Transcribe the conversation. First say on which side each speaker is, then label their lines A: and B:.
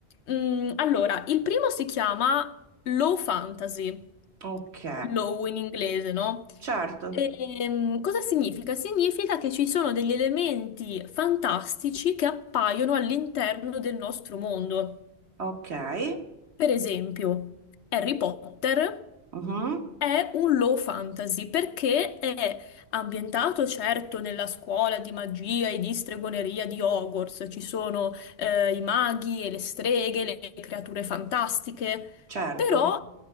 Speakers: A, on the left (about 85°); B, on the right (about 80°).
A: Mm, allora, il primo si chiama low fantasy,
B: Ok.
A: low in inglese, no?
B: Certo,
A: Ehm, cosa significa? Significa che ci sono degli elementi fantastici che appaiono all'interno del nostro mondo.
B: ok.
A: Per esempio, Harry Potter
B: Mhm,
A: è un low fantasy perché è ambientato certo nella scuola di magia e di stregoneria di Hogwarts, ci sono eh, i maghi e le streghe, le creature fantastiche,
B: Certo.
A: però